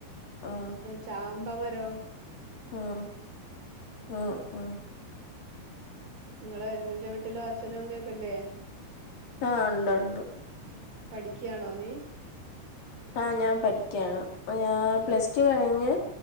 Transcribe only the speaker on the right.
ചാമ്പ മരം
നിങ്ങളെ നിന്റെ വീട്ടിലോ അച്ഛനും അമ്മയൊക്കെയില്ലേ?
പഠിക്ക്യാണോ നീ?
ഡി